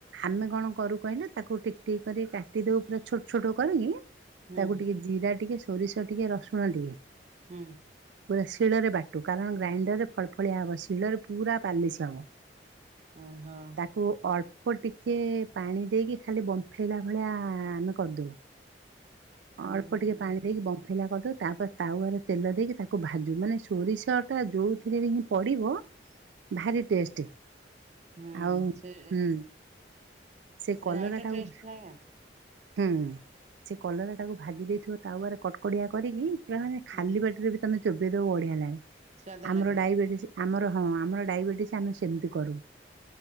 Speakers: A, on the right; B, on the right.
A: ଆମେ କଣ କରୁ କହିଲ? ତାକୁ ଟିକ୍ ଟିକ୍ କରିିକି କାଟି ଦଉ ପୁରା ଛୋଟ ଛୋଟ କରିକି।
B: ହୁଁ
A: ତାକୁ ଟିକେ ଜିରା ଟିକେ ସୋରିଷ ଟିକେ ରସୁଣ ଟିକେ
B: ହୁଁ।
A: ପୁରା ଶିଳରେ ବାଟୁ। କାରଣ ଗ୍ରାଇଣ୍ଡରରେ ଫଳ ଫଳିଆ ହବ। ଶିଳରେ ପୁରା ପାଲିସ ହବ।
B: ଓହୋ।
A: ତାକୁ ଅଳ୍ପ ଟିକେ ପାଣି ଦେଇକି ଖାଲି ବମ୍ଫେଇଲା ଭଳିଆ ଆମେ କରିଦଉ।
B: ହୁଁ
A: ଅଳ୍ପ ଟିକେ
B: ହୁଁ।
A: ପାଣି ଦେଇକି ବ ବମ୍ଫେଇଲା କରିଦେଉ। ତା ପରେ ତାୱଆରେ ତେଲ ଦେଇକି ତାକୁ ଭାଜୁ ମାନେ ସୋରିଷଟା ଯେଉଁଥିରେ ହିଁ ପଡ଼ିବ ଭାରି ଟେଷ୍ଟ।
B: ହୁଁ।
A: ଆଉ
B: ସେ
A: ହୁଁ ସେ କଲରାଟାକୁ
B: ରାଇଟା ଟେଷ୍ଟ ଲାଗେ
A: ହୁଁ। ସେ କଲରାଟାକୁ ଭାଜି ଦେଇଥିବ ତାୱାରେ କଡକଡିଆ କରିକି। ପୁରା ମାନେ ଖାଲି
B: ହୁଁ
A: ପାଟିରେ ବି ତମେ ଚୋବେଇ ଦେବ ବଢ଼ିଆ ଲାଗେ।
B: ସ୍ୱାଦ
A: ଆମର
B: ଲାଗେ।
A: ଡାଇବେଟିସ୍ ଆମର ହଁ। ଆମର ଡାଇବେଟିସ୍ ଆମେ ସେମିତି କରୁ।